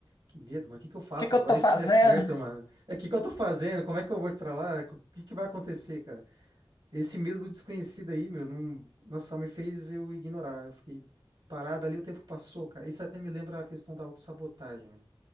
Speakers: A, on the right (about 60°); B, on the left (about 45°).
A: que medo, mano, o que que eu faço
B: que que
A: agora?
B: eu tô fazendo?
A: E se der certo, mano? É o que que eu tô fazendo? Como é que eu vou pra lá? O que que vai acontecer, cara? Esse medo do desconhecido aí, meu, não, nossa, só me fez eu ignorar. Eu fiquei parado ali, o tempo passou, cara. Isso até me lembra a questão da autossabotagem,